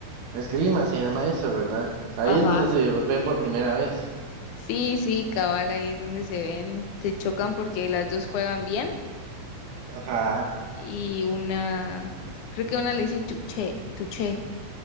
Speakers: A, on the right; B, on the left.
A: Esgrima se llama eso, ¿verdad? Ahí
B: Ajá.
A: es donde se ven por primera vez.
B: Sí, sí, cabal, ahí es donde se ven, se chocan porque las dos juegan bien
A: Ajá.
B: y una, creo que una le dice tuche, tuche.